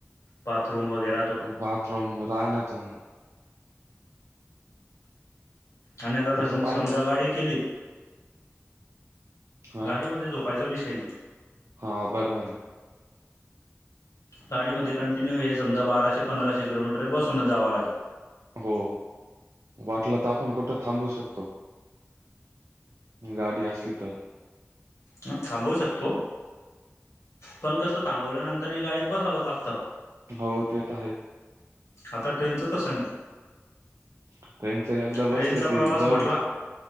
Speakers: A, on the left; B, on the right.
A: बाथरूम वगैर.
B: बाथरूम राहण्यात.
A: आणि आता
B: तसं पाहिजे
A: समजा गाडी केली.
B: हा
A: गाडीमध्ये झोपायचा विषे नाही.
B: हा बरं बर आहे.
A: गाडीमध्येध्ये कंटिन्यू हे समजा बाराे पंधराशे किलोमीटर बसूनच जावा लागल.
B: हो वाटलं तर आपण कुठं थांबू शकतो. गाडी अससली तर.
A: ह थांबवू शकतो पण कसं थांबवल्यानंतर गाडीत बसावत लागतं.
B: हो तेच आहे.
A: आता ट्रेनच तसं नाही
B: ट्रेनच एकदा
A: ट्रेनचा
B: बसलं की
A: प्रवास
B: जवळ
A: म्हटला.